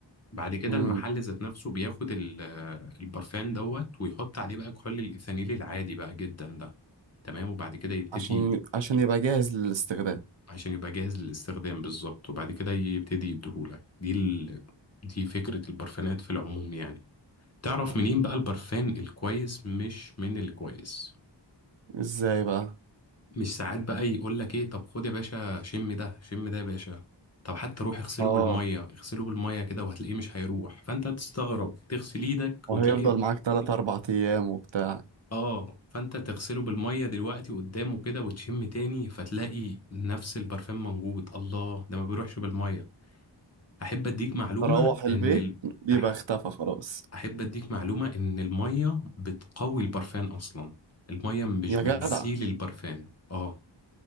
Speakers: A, on the left (about 35°); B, on the right (about 80°).
A: بعد كده
B: امم
A: المحل ذات نفسه بياخد ال- البرفان دوت ويحط عليه بقى كحول الإيثانيل العادي بقى جدا ده تمام وبعد كده يبتدي
B: عشان عشان يبقى جاهز للاستخدام
A: عشان يبقى جاهز للاستخدام بالظبط وبعد كده يبتدي يديهولك دي ال... دي فكرة البرفانات في العموم يعني تعرف منين بقى البرفان الكويس مش من الكويس
B: ازاي بقى
A: مش ساعات بقى يقول لك ايه طب خد يا باشا شم ده شم ده يا باشا طب حتى روح اغسله
B: اه
A: بالمية اغسله بالمية كده وهتلاقيه مش هيروح فانت تستغرب تغسل ايدك
B: وهيفضل
A: وتلاقي
B: معاك تلات اربع ايام وبتاع
A: اه فانت تغسله بالمية دلوقتي قدامه كده وتشم تاني فتلاقي نفس البرفان موجود الله ده ما بيروحش بالمية احب اديك معلومه
B: تروح البيت
A: ان ال...
B: بيبقى
A: أح-
B: اختفى خلاص
A: احب اديك معلومه ان الميه بتقوي البرفان اصلا الميه مش
B: يا جدع
A: بتزيل البرفان اه